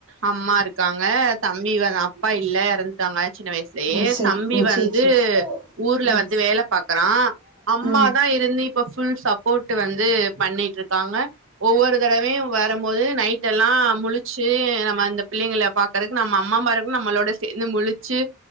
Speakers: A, on the right; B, on the right.
A: அம்மா இருக் க்காங்க தம்பி வ அப்பா இல்ல இறந்ட்டாங்க சின்ன வயசுலயே
B: ஓ சேரி
A: தம்பி
B: ஓ
A: வந்து
B: சேரி சேரி
A: ஊர்ல
B: ம்
A: வந்து வேலபாக்குறா அம்மாதா
B: ம்
A: இருந்து இப்ப ஃபுல் சப்போட் வந்து பண்ணிட்டுருக்காங்க ஒவ்வொரு தடவயு வரம் - ரும் போது நைட்டெல்லா முலுச்சு நம்ம இந்த பிள்ளைங்கள பாக்கறதுக்கு நம்ம அம்மாமாருகலு நம்மளோட சேந்து முலுச்சு